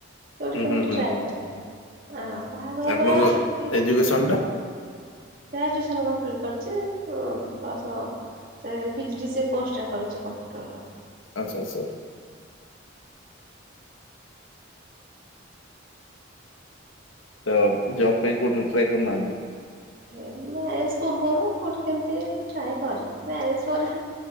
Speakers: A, on the right; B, on the left.
A: କୋଉଠି
B: ହୁଁ
A: କେମତି
B: ହୁଁ ହୁଁ
A: ଟ୍ରାଏ କରେ, ଆ ବାହାଘର
B: ଆପଣଙ୍କ
A: ପରେ ଆଉକେମିତିକି
B: ଏଜୁକେସନ ଟା
A: ଗ୍ରାଜୁଏସନ କମ୍ପ୍ଲିଟ କରିଛି, ପ୍ଲସ ସେ P G D C A କୋର୍ସଟା କରିଛି କମ୍ପ୍ୟୁଟର ର।
B: ଆଚ୍ଛା ଆଚ୍ଛା ତ ଜବ୍ ପାଇଁଁ କଉଠି ଟ୍ରାଏ କରୁନାହାନ୍ତି?
A: ହେ ମ୍ୟାରେଜ୍ ପୂର୍ବରୁ କୋଉଁଠି କେମିତି ଟ୍ରାଏ କରେ। ମ୍ୟାରେଜ୍ ପରେ